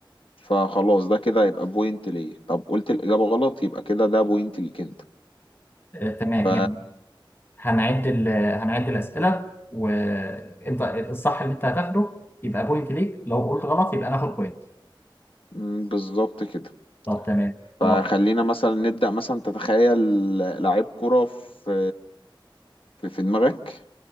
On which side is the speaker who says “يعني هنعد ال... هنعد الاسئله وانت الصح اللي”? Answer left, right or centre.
Left